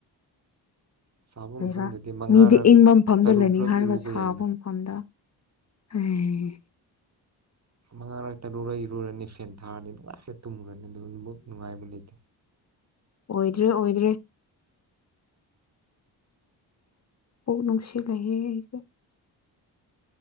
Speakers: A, on the right; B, on the left.
A: ꯁꯥꯕ ꯃꯐꯝꯗꯗꯤ
B: ꯔ
A: ꯃꯉꯥꯔꯛ
B: ꯃꯤꯗꯤ ꯏꯪꯕ ꯃꯐꯝꯗ
A: ꯇꯔꯨꯛꯔꯛ
B: ꯂꯩꯅꯤꯡ ꯍꯥꯏꯔꯒ
A: ꯏꯔꯨꯕ
B: ꯁꯥꯒꯨꯝ
A: ꯌꯥꯏꯅ
B: <unintelligible>
A: ꯃꯉꯥꯔꯣꯏ ꯇꯔꯨꯔꯣꯏ ꯏꯔꯨꯔꯅꯤ ꯐꯦꯟ ꯊꯥꯔꯅꯤ ꯅꯨꯡꯉꯥꯏꯔ ꯇꯨꯝꯃꯨꯔꯅꯤ ꯑꯗꯨ ꯑꯗꯨꯕꯨ ꯅꯨꯡꯉꯥꯏꯕ ꯂꯩꯇꯦ
B: ꯑꯣꯏꯗ꯭ꯔꯦ ꯑꯣꯏꯗ꯭ꯔꯦ ꯅꯨꯡꯁꯤ ꯂꯩꯥꯏꯌꯦ ꯑꯩꯁꯨ